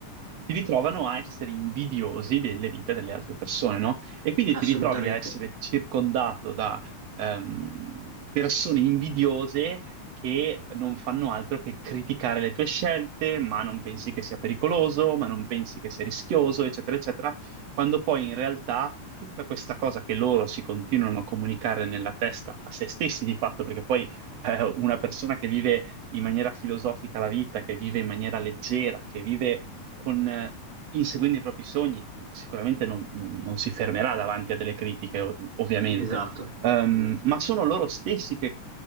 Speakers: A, on the right; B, on the right.
A: ti ritrovano a essere invidiosi delle vite delle altre persone, no? E quindi ti
B: Assolutamente,
A: ritrovi a essere circondato da ehm, persone invidiose che non fanno altro che criticare le tue scelte, ma non pensi che sia pericoloso, ma non pensi che sia rischioso, eccetera, eccetera, quando poi in realtà tutta questa cosa che loro si continuano a comunicare nella testa a se stessi di fatto, perché poi eh, una persona che vive in maniera filosofica la vita, che vive in maniera leggera, che vive con, eh, inseguendo i propri sogni, sicuramente non, non- non si fermerà davanti a delle critiche, ov- ovviamente,
B: esatto,
A: Ehm,
B: esatto.
A: ma sono loro stessi che